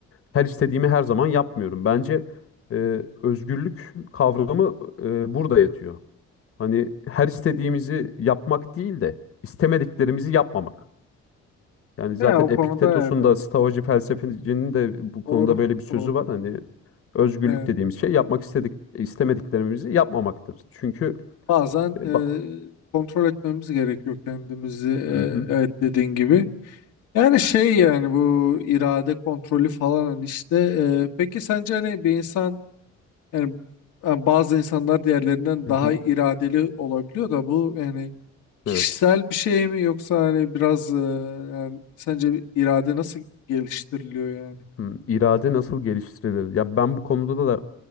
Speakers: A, on the left; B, on the left.
A: her istediğimi her zaman yapmıyorum. Bence e, özgürlük kavramı e, burada yatıyor. Hani her istediğimizi yapmak değil de istemediklerimizi yapmamak. Yani zaten
B: Ya o konuda
A: Epiktetos'un
B: evet öyle.
A: da Stoacı felsefecinin de bu konuda
B: Doğru.
A: böyle bir sözü
B: Doğru.
A: var. Hani özgürlük
B: Evet.
A: dediğimiz şey yapmak istedik istemediklerimizi yapmamaktır. Çünkü
B: Bazen
A: e,
B: e,
A: bak,
B: kontrol etmemiz gerekiyor kendimizi. E,
A: hı hı,
B: evet dediğin gibi. Yani şey yani bu irade kontrolü falan hani işte e, peki sence hani bir insan yani yani bazı insanlar diğerlerinden
A: hı
B: daha
A: hı,
B: iradeli olabiliyor da bu yani Kişisel
A: evet.
B: bir şey mi yoksa hani biraz e, yani sence bir irade nasıl geliştiriliyor yani?
A: Hı, irade nasıl geliştirilir? Ya ben bu konuda da